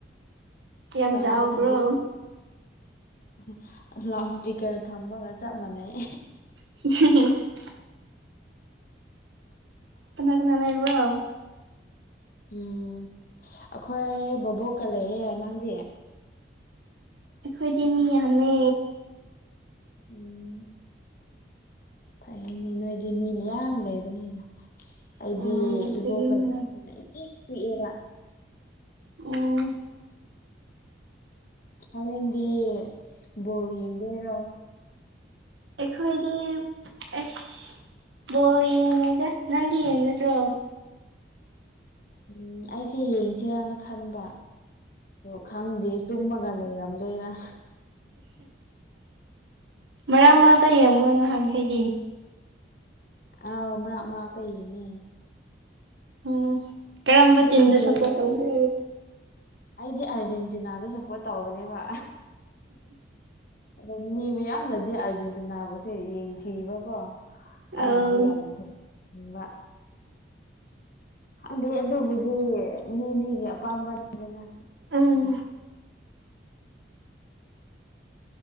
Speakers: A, on the right; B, on the left.
A: ꯌꯥꯝ
B: ꯆꯥꯎꯕꯅꯗꯤ
A: ꯆꯥꯎꯕ꯭ꯔꯣ
B: <unintelligible> ꯂꯥꯎꯠ ꯏꯁꯄꯤꯀꯔ ꯊꯝꯕꯒ ꯆꯞ ꯃꯥꯟꯅꯩ
A: <unintelligible> ꯀꯅꯥ ꯀꯅꯥ ꯂꯩꯕ‌꯭ꯔ‌ꯣ
B: ꯎꯝ ꯑꯩꯈꯣꯏ ꯕꫭꯕꯣꯛꯀ ꯂꯩꯌꯦ ꯅꯪꯗꯤ꯫
A: ꯑꯩꯈꯣꯏꯗꯤ ꯃꯤ ꯌꯥꯝꯃꯦ꯫
B: ꯎꯝ꯫ ꯐꯌꯦꯅꯦ ꯅꯣꯏꯗꯤ ꯃꯤ ꯃꯌꯥꯝ ꯂꯩꯕꯅꯤꯅ꯫ ꯑꯩꯗꯤ
A: ꯎꯝ ꯑꯩꯈꯣꯏꯗꯤ
B: ꯏꯕꯣꯛꯀ
A: ꯃꯤ
B: ꯂꯩꯕꯅꯤꯅ ꯏꯆꯤꯛ ꯆꯤꯛꯑꯦꯕ꯫
A: ꯑꯣ꯫
B: ꯍꯣꯔꯦꯟꯗꯤ ꯕꯣꯜ ꯌꯦꯡꯗꯣꯏꯔꯣ꯫
A: ꯑꯩꯈꯣꯏꯗꯤ ꯑꯁ ꯕꯣꯜ ꯌꯦꯡꯉꫭꯏꯗ ꯅꯪꯗꯤ ꯌꯦꯡꯒꯗ꯭ꯔꯣ꯫
B: ꯎꯝ ꯑꯩꯁꯦ ꯌꯦꯡꯁꯤꯔꯥꯅ ꯈꯟꯕ꯫ ꯑꯗꫭ ꯈꯪꯗꯦ ꯇꯨꯝꯃꯒ ꯂꯩꯔꯝꯗꯣꯏꯔꯥ꯫
A: ꯎ ꯃꯔꯛ ꯃꯔꯛꯇ ꯌꯦꯡꯕꯔꫭ ꯅꯍꯥꯟꯈꯩꯗꯤ꯫
B: ꯑꯥꯎ ꯃꯔꯥꯛ ꯃꯔꯥꯛꯇ ꯌꯦꯡꯉꯦ꯫
A: ꯎꯝ ꯀꯔꯝꯕ
B: ꯑꯗꯨꯝ
A: ꯇꯤꯝꯗ
B: ꯕꯣꯜ
A: ꯁꯞꯄꯣꯔꯠ ꯇꯧꯒꯦ꯫
B: ꯑꯩꯗꯤ ꯑꯥꯔꯖꯦꯟꯇꯤꯅꯥꯗ ꯁꯞꯄꯣꯔꯠ ꯇꯧꯕꯅꯦꯕ꯫ ꯑꯗꫭ ꯃꯤ ꯃꯤꯌꯥꯝꯅꯗꯤ ꯑꯥꯔꯖꯦꯟꯇꯤꯅꯥꯕꯨꯁꯦ ꯌꯦꯡꯊꯤꯕꯀꯣ꯫ ꯑꯩꯅꯗꯤ
A: ꯑꯧ
B: ꯌꯥꯝꯅ ꯁꯄꯠꯅꯤꯡꯕ꯫ ꯈꯪꯗꯦ ꯑꯗꯨꯕꯨꯗꯤ ꯃꯤ ꯃꯤꯒꯤ ꯑꯄꯥꯝꯕ ꯑꯗꯨꯅ <unintelligible>
A: ꯎꯝ